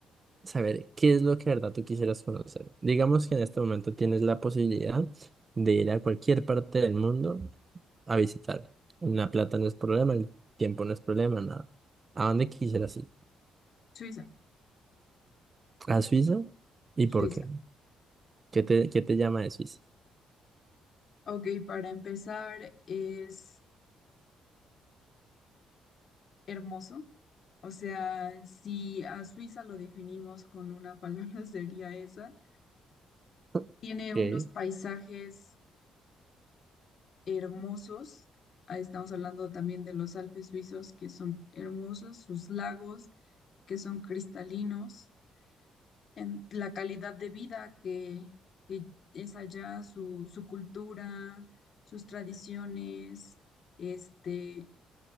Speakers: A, on the right; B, on the left.
A: saber qué es lo que de verdad tú quisieras conocer. Digamos que en este momento tienes la posibilidad de ir a cualquier parte del mundo a visitar. La plata no es problema, el tiempo no es problema, nada. ¿A dónde quisieras ir?
B: Suiza,
A: ¿A Suiza? ¿Y
B: Suiza.
A: por qué? ¿Qué te, qué te llama de Suiza?
B: Ok, para empezar, es hermoso. O sea, si a Suiza lo definimos con una palabra, <laughs> sería esa.
A: <laughs>
B: Tiene unos
A: Ok.
B: paisajes hermosos. Ahí estamos hablando también de los Alpes suizos, que son hermosos, sus lagos, que son cristalinos, en la calidad de vida que, que es allá, su, su cultura, sus tradiciones, este,